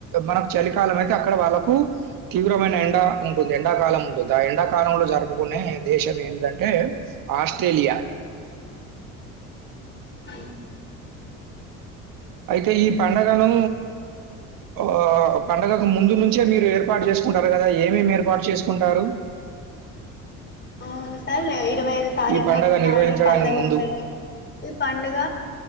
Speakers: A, on the right; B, on the left.
A: మనకు చలికాలం అయితే అక్కడ వాళ్ళలకు తీవ్రమైన ఎండ ఉంటుంది ఎండాకాలం ఉంటుంది ఆ ఎండాకాలంలో జరుపుకునే దేశం ఏంటిది అంటే ఆస్ట్రేలియా
B: అవును సార్
A: అయితే ఈ పండగను ఆ పండుగకు ముందు నుంచే మీరు ఏర్పాటు చేసుకుంటారు కదా ఏమేమి ఏర్పాటు చేసుకుంటారు
B: ముందు సార్ ఇరవై ఐదు తారీఖున
A: ఈ పండగ
B: నాడు
A: నిర్వహించడానికి
B: పండగ
A: ముందు?
B: ఉంటది ఈ పండుగ